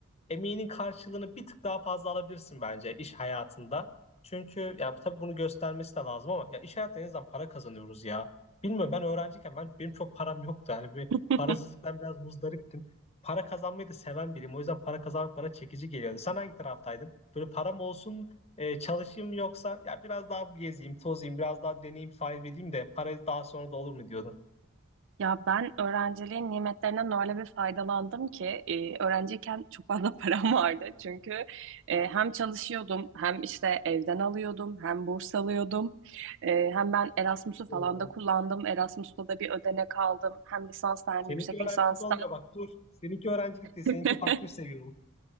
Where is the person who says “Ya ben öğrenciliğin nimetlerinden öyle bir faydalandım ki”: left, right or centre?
Right